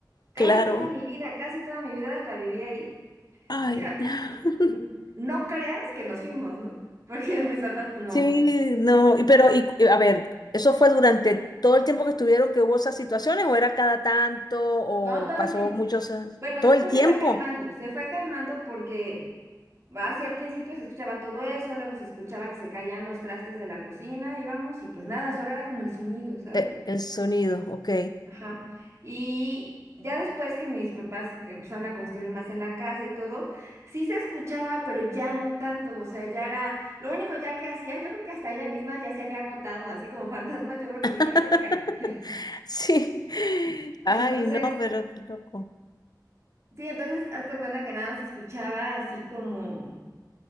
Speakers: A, on the right; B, on the left.
A: casi
B: Claro.
A: toda mi vida, casi toda mi vida la viví ahí.
B: Ay.
A: O sea,
B: <laughs>
A: n- n- no creas que nos fuimos, ¿no? <laughs> Porque mis papás, pues no,
B: Sí, no, y pero y, y, a ver, ¿eso fue durante todo el tiempo que estuvieron que hubo esas situaciones o era cada tanto o
A: no todo
B: pasó
A: el tiempo.
B: muchos años?
A: Bueno,
B: todo
A: después
B: el tiempo
A: se fue calmando, se fue calmando porque hacia el principio se escuchaba todo eso, luego se escuchaba que se caían los trastes de la cocina, íbamos y pues nada, solo era como el sonido, ¿sabes?
B: Eh, el sonido, ok.
A: Ajá. Y ya después que mis papás empezaron a construir más en la casa y todo, sí se escuchaba, pero ya no tanto, o sea, ya era, lo único ya que hacía, yo creo que hasta ella misma ya se había agotado, así como <laughs> fantasma, yo creo que
B: <laughs>
A: dijo, ay, ya me cansé".
B: Sí. Ay,
A: <laughs> Entonces,
B: no, pero qué loco.
A: sí, entonces hazte cuenta que nada más se escuchaba así como